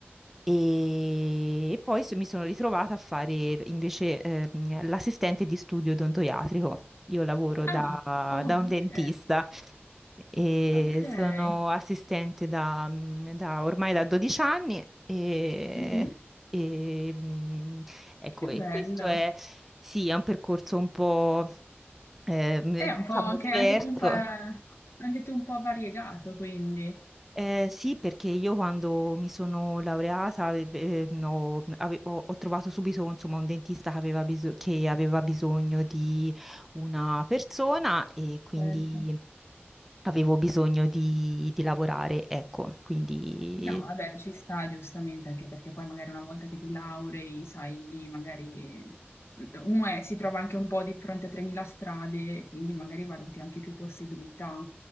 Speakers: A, in the centre; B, on the left (about 85°).
A: E, e poi so- mi sono ritrovata a fare invece ehm, l'assistente di studio odontoiatrico. Io lavoro
B: Ah,
A: da,
B: oh,
A: da un dentista
B: ok,
A: e
B: ok.
A: sono assistente da, mm, da- ormai da 12 anni e,
B: Mhm.
A: e, mm, ecco,
B: Che
A: e
B: bello.
A: questo è, sì, è un percorso un po' ehm,
B: È un
A: diciamo
B: po' anche,
A: diverso.
B: anche tu un po', anche tu un po' variegato, quindi.
A: Eh, sì, perché io quando mi sono laureata eh, eh, no, ave- ho, ho trovato subito insomma, un dentista che aveva, biso- che aveva bisogno di una persona e quindi
B: Certo.
A: avevo bisogno di, di lavorare, ecco, quindi
B: No, vabbè, ci sta giustamente, anche perché poi magari una volta che ti laurei, sai, lì magari uno è- si trova anche un po' di fronte a 3.000 strade, quindi magari valuti anche più possibilità.